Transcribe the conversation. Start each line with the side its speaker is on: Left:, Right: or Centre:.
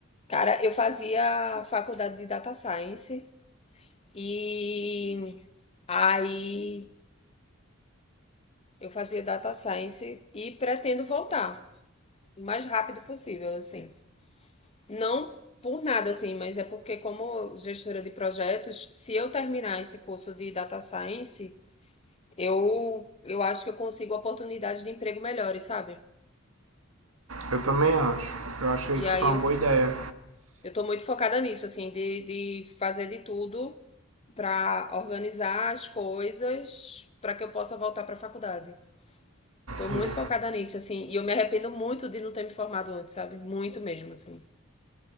Left: Cara, eu fazia faculdade de data science e aí eu fazia data science e pretendo voltar o mais rápido possível, assim. Não por nada, assim, mas é porque como gestora de projetos, se eu terminar esse curso de data science, eu eu acho que eu consigo oportunidades de emprego melhores, sabe?
Right: Eu também acho. Eu achei
Left: E
Right: que
Left: aí
Right: foi
Left: eu
Right: uma boa ideia.
Left: Eu tô muito focada nisso, assim, de, de fazer de tudo pra organizar as coisas pra que eu possa voltar pra faculdade. Tô muito
Right: Entendi.
Left: focada nisso, assim, e eu me arrependo muito de não ter me formado antes, sabe? Muito mesmo, assim.